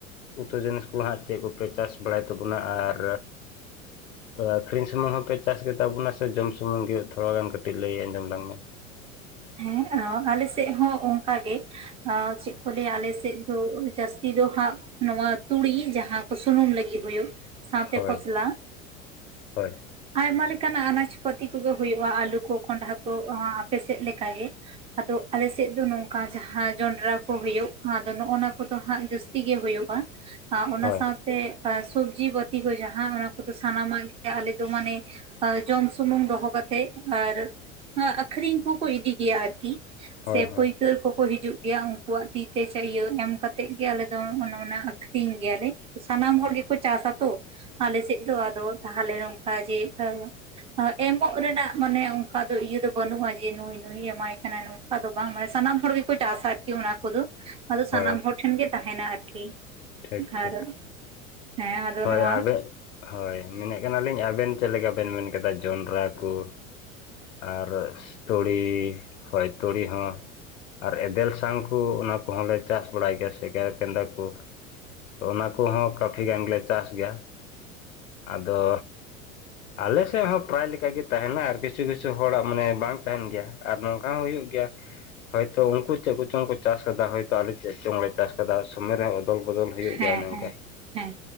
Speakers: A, on the left; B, on the right.
A: ᱩᱛᱩ ᱡᱤᱱᱤᱥ ᱠᱚ ᱦᱟᱸᱜ ᱪᱮᱫ ᱠᱚᱯᱮ ᱪᱟᱥ ᱵᱟᱲᱟᱭ ᱛᱟᱵᱚᱱᱟ? ᱟᱨ ᱟᱹᱷᱨᱤᱧ ᱥᱩᱢᱩᱝ ᱦᱚᱸᱯᱮ ᱪᱟᱥ ᱜᱮᱛᱟ ᱵᱚᱱᱟ, ᱥᱮ ᱡᱚᱢ ᱥᱩᱢᱩᱝ ᱜᱮ ᱛᱷᱚᱲᱟ ᱜᱟᱱ ᱠᱟᱹᱴᱤᱡ ᱞᱟᱹᱭ ᱟᱸᱡᱚᱢ ᱞᱟᱝ ᱢᱮ᱾
B: ᱦᱮᱸ ᱚ ᱟᱞᱮ ᱥᱮᱫ ᱦᱚᱸ ᱚᱱᱠᱟᱜᱮ᱾ ᱟᱨ ᱪᱮᱫ ᱠᱚ ᱞᱟᱹᱭᱟ ᱟᱞᱮᱥᱮᱫ ᱫᱚ ᱡᱟᱹᱥᱛᱤ ᱫᱚ ᱦᱟᱸᱜ ᱱᱚᱣᱟ ᱛᱩᱲᱤ ᱡᱟᱦᱟᱸ ᱠᱚ ᱥᱩᱱᱩᱢ ᱞᱟᱹᱜᱤᱫ ᱦᱳᱭᱳᱜ ᱥᱟᱶᱛᱮ
A: ᱦᱳᱭ
B: ᱠᱷᱚᱥᱞᱟ,
A: ᱦᱳᱭ
B: ᱟᱭᱢᱟ ᱞᱮᱠᱟᱱᱟᱜ ᱟᱱᱟᱡ ᱯᱟᱹᱛᱤ ᱠᱚᱜᱮ ᱦᱩᱭᱩᱜᱼᱟ, ᱟᱞᱩ ᱠᱚ ᱠᱚᱸᱰᱷᱟ ᱠᱚ ᱟᱯᱮᱥᱮᱫ ᱞᱮᱠᱟ ᱜᱮ᱾ ᱟᱫᱚ ᱟᱞᱮᱥᱮᱫ ᱫᱚ ᱱᱚᱝᱠᱟ ᱡᱟᱦᱟᱸ ᱡᱚᱸᱱᱰᱨᱟ ᱠᱚ ᱦᱳᱭᱳᱜ, ᱟᱫᱚ ᱱᱚᱜ ᱚᱱᱟ ᱠᱚᱫᱚ ᱦᱟᱸᱜ ᱡᱟᱹᱥᱛᱤ, ᱡᱟᱥᱹᱛᱤ ᱜᱮ ᱦᱳᱭᱳᱜᱼᱟ᱾ ᱚᱱᱟ
A: ᱦᱳᱭ
B: ᱥᱟᱶ ᱥᱮ ᱥᱚᱵᱽᱡᱤ ᱯᱟᱹᱛᱤ ᱠᱚ ᱡᱟᱦᱟᱸ ᱚᱱᱟ ᱠᱚᱫᱚ ᱥᱟᱱᱟᱢᱟᱜ ᱜᱮ ᱟᱞᱮ ᱫᱚ ᱢᱟᱱᱮ, ᱡᱚᱢ ᱥᱩᱢᱩᱝ ᱫᱚᱦᱚ ᱠᱟᱛᱮᱜ ᱟᱨ ᱟᱠᱷ ᱟᱠᱷᱨᱤᱧ ᱠᱚᱠᱚ ᱤᱫᱤ ᱜᱮᱭᱟ ᱟᱨᱠᱤ, ᱥᱮ
A: ᱦᱳᱭ ᱦᱳᱭ
B: ᱯᱟᱹᱭ ᱠᱟᱹᱨ ᱠᱚᱠᱚ ᱦᱤᱡᱩᱜ ᱜᱮᱭᱟ᱾ ᱩᱱᱠᱩᱣᱟᱜ ᱛᱤ ᱛᱮ ᱤᱭᱟᱹ ᱮᱢ ᱠᱟᱛᱮᱜ ᱜᱮ ᱟᱞᱮ ᱫᱚ ᱚᱱᱮ ᱚᱱᱟ ᱟᱠᱷᱨᱤᱧ ᱜᱮᱭᱟᱞᱮ᱾ ᱥᱟᱱᱟᱢ ᱦᱚᱲ ᱜᱮᱠᱚ ᱪᱟᱥᱟ ᱛᱚ ᱟᱞᱮ ᱥᱮᱫ ᱫᱚ ᱟᱫᱚ ᱛᱟᱦᱞᱮ ᱚᱝᱠᱟ ᱡᱮ ᱮᱸ ᱟ ᱮᱢᱚᱜ ᱨᱮᱱᱟᱜ ᱢᱟᱱᱮ ᱚᱱᱠᱟ ᱫᱚ ᱤᱭᱟᱹ ᱫᱚ ᱵᱟᱹᱱᱩᱜᱼᱟ ᱡᱮ ᱱᱩᱭ-ᱱᱩᱭ ᱮᱢᱟᱭ ᱠᱟᱱᱟ ᱱᱚᱝᱠᱟ ᱫᱚ ᱵᱟᱝ ᱢᱟᱱᱮ ᱥᱟᱱᱟᱢ ᱦᱚᱲ ᱜᱮᱠᱚ ᱪᱟᱥᱟ ᱟᱨᱠᱤ ᱚᱱᱟ ᱠᱚᱫᱚ᱾ ᱟᱫᱚ
A: ᱦᱳᱭ
B: ᱥᱟᱱᱟᱢ ᱦᱚᱲ ᱴᱷᱮᱱ ᱜᱮ ᱛᱟᱦᱮᱱᱟ ᱟᱨᱠᱤ᱾
A: ᱴᱷᱤᱠ ᱴᱷᱤᱠ᱾
B: ᱟᱨ ᱦᱮᱸ ᱟᱫᱚ
A: ᱦᱳᱭ
B: ᱱᱚᱣᱟ
A: ᱟᱵᱮᱱ ᱦᱳᱭ ᱢᱮᱱᱮᱜ ᱠᱟᱱᱟᱞᱤᱧ ᱟᱵᱮᱱ ᱪᱮᱜ ᱞᱮᱠᱟ ᱵᱮᱱ ᱢᱮᱱ ᱠᱮᱫᱟ ᱡᱚᱱᱰᱨᱟ ᱠᱚ ᱟᱨ ᱛᱩᱲᱤ ᱦᱳᱭ ᱛᱩᱲᱤ ᱦᱚᱸ ᱾ ᱟᱨ ᱮᱫᱮᱞ ᱥᱟᱝ ᱠᱚ ᱚᱱᱟ ᱠᱚᱦᱚᱸ ᱞᱮ ᱪᱟᱥ ᱵᱟᱲᱟᱭ ᱜᱮᱭᱟ ᱥᱮᱜᱮᱨ ᱠᱮᱸᱫᱟ ᱠᱚ᱾ ᱛᱚ ᱚᱱᱟ ᱠᱚᱦᱚᱸ ᱠᱟᱹᱯᱷᱤ ᱜᱟᱱ ᱜᱮᱞᱮ ᱪᱟᱥ ᱜᱮᱭᱟ ᱟᱫᱚ ᱟᱞᱮ ᱥᱮᱜ ᱦᱚᱸ ᱯᱨᱟᱭ ᱞᱮᱠᱟᱜᱮ ᱛᱟᱦᱮᱱᱟ ᱟᱨ ᱠᱤᱪᱷᱩ ᱠᱤᱪᱷᱩ ᱦᱚᱲᱟᱜ ᱢᱟᱱᱮ ᱵᱟᱝ ᱛᱟᱦᱮᱱ ᱜᱮᱭᱟ᱾ ᱟᱨ ᱱᱚᱝᱠᱟ ᱦᱚᱸ ᱦᱩᱭᱩᱜ ᱜᱮᱭᱟ ᱾ ᱦᱚᱭᱛᱚ ᱩᱱᱠᱩ ᱪᱮᱜ ᱠᱚᱪᱚᱝ ᱠᱚ ᱪᱟᱥ ᱠᱟᱫᱟ ᱦᱚᱭᱛᱚ ᱟᱞᱮ ᱪᱮᱜ ᱪᱚᱝ ᱞᱮ ᱪᱟᱥ ᱠᱟᱫᱟ ᱥᱚᱢᱚᱭ ᱨᱮ ᱚᱫᱚᱞ ᱵᱚᱫᱚᱞ ᱦᱩᱭᱩᱜ
B: ᱦᱮᱸ
A: ᱜᱮᱭᱟ ᱚᱱᱮ
B: ᱦᱮᱸ
A: ᱚᱱᱠᱟ᱾
B: ᱦᱮᱸ